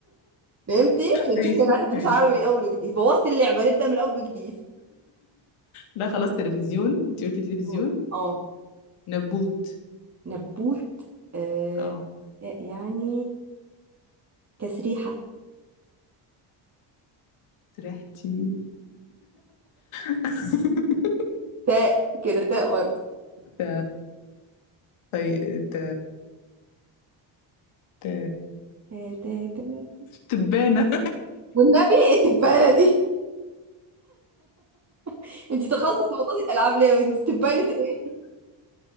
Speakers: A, on the right; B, on the left.
A: فهمتي عشان
B: ماشي
A: شكلك عايزة دروس
B: ماشي
A: عربي من اول وجديد بوظتي اللعبة نبدأ من اول وجديد
B: لا خلاص تلفزيون انت قلتي
A: نبتون.
B: تلفزيون
A: اه
B: نبوت
A: نبوت آه
B: اه
A: تاء يعني تسريحة
B: سرحتي <laughs>
A: تاء كده تاء برضه
B: ت... طي... ت... ت...
A: تاء تاء تاء
B: تبانة
A: والنبي إيه التبانة دي <laughs> انتي تخصص في موضوع الالعاب ليه يا بنتي تبانة ايه